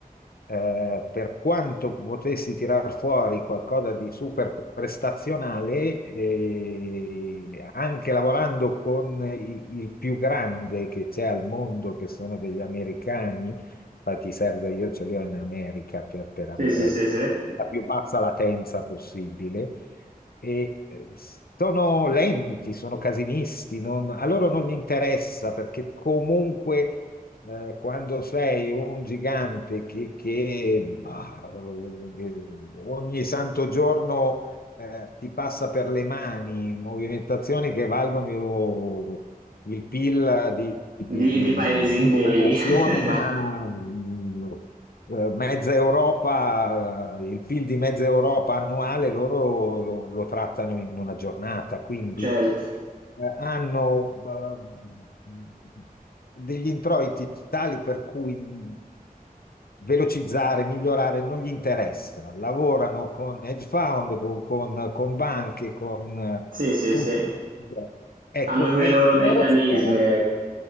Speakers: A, on the left (about 75°); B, on the right (about 60°).
A: eh, per quanto potessi tirar fuori qualcosa di super prestazionale, eh, anche lavorando con i- il più grande che c'è al mondo, che sono degli americani, infatti serve, io ce li ho in America per, per avere
B: Sì, sì, sì, sì.
A: la più bassa latenza possibile. E eh, sono lenti, sono casinisti, non- a loro non gli interessa perché comunque eh, quando sei un gigante che, che, bah, eh, ogni santo giorno eh, ti passa per le mani movimentazioni che valgono il PIL di, di-
B: Di
A: di
B: di paesi interi.
A: non una nazione,
B: <laughs>
A: ma mm, eh, mezza Europa, eh, il PIL di mezza Europa annuale, loro lo, lo trattano in una giornata. Quindi
B: Certo.
A: eh, hanno eh, degli introiti tali per cui mh, velocizzare, migliorare non gli interessa. Lavorano con hedge fund, con, con- con banche, con eh,
B: Sì, sì,
A: tutti.
B: sì.
A: Ecco,
B: Hanno quei
A: eh,
B: loro meccanismi,
A: loro sono
B: ecco.